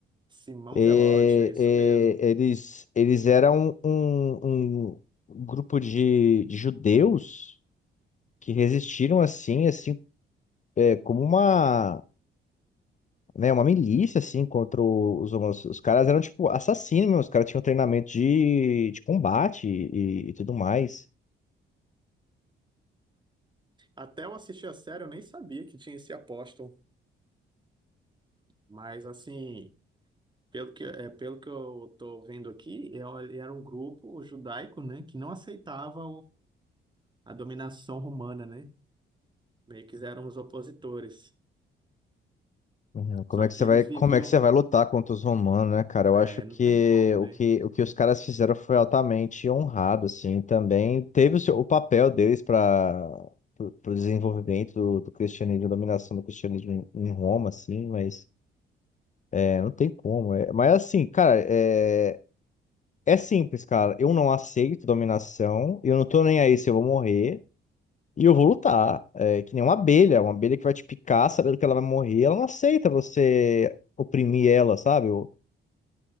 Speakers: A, on the right (about 20°); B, on the left (about 35°).
A: Simão
B: E-
A: Zelote, é isso
B: e-
A: mesmo.
B: eles, eles eram um, um um grupo de, de judeus que resistiram assim, assim, é, como uma, né, uma milícia assim contra os homossexuais. Os caras eram tipo assassinos, mesmo, os caras tinham treinamento de, de combate e, e tudo mais.
A: Até eu assistir a série, eu nem sabia que tinha esse apóstolo, mas assim, pelo que, é, pelo que eu tô vendo aqui, é, ele era um grupo judaico, né, que não aceitava a dominação romana, né? Meio que eram os opositores.
B: Uhum. Como
A: Só
B: é
A: que
B: que você vai,
A: eles viviam,
B: como é que você vai lutar contra os romanos, né, cara? Eu
A: é,
B: acho que
A: não tem como,
B: o
A: né?
B: que, o que os caras fizeram foi altamente honrado, assim, também teve o, seu- o papel deles para o desenvolvimento do, do cristianismo, a dominação do cristianismo em, em Roma, assim, mas é, não tem como. é. Mas assim, cara, é, é simples, cara. Eu não aceito dominação, eu não tô nem aí se eu vou morrer. E eu vou lutar. É que nem uma abelha, uma abelha que vai te picar sabendo que ela vai morrer, ela não aceita você oprimir ela, sabe? Um